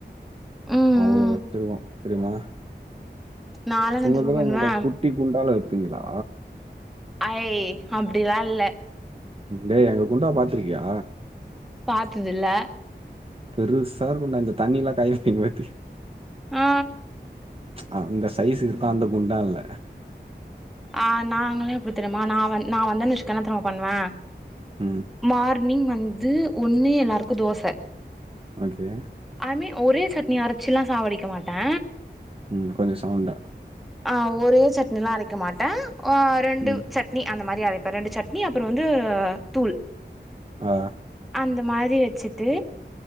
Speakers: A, in the centre; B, on the right.
A: ம்
B: அவ்வளோ
A: ம்
B: எடுத்துருக்கோ தெரியுமா
A: நாலா என்ன
B: உங்கதுல
A: தெரியுமா பண்ணுவே
B: என்னோட கூ குட்டி குண்டான்ல வப்பீங்களா
A: ஐ அப்டில்லா இல்ல
B: ஏ எங்க குண்டா பாத்திருக்கியா
A: பாத்ததுல்ல
B: பெருசா இருக்கும்டா இந்த தண்ணி எல்லா <unintelligible> பத்தி
A: அ
B: அ அந்த சைஸ் இருக்க அந்த குண்டால்ல
A: ஆ நாங்கல்லாம் எப்டி தெரியுமா நா வ நா வச்சுக்க என்னா தெர்மா பண்ணுவே
B: ம்
A: மார்னிங் வந்து ஒன்னு எல்லாருக்கு தோச
B: ஓகே
A: அதுமே ஒரே சட்னி அரைச்சுல்லா சாவடிக்க மாட்டே
B: ம் கொஞ்ச சவுண்டா
A: ஆ ஒரே சட்னில்லா அரைக்க மாட்டே ரெண்டு
B: ம்
A: சட் சட்னி அந்த மாரி அரைப்பே ரெண்டு சட்னி அப்றம் வந்து தூள்
B: ஆ
A: அந்த மாரி வச்சுட்டு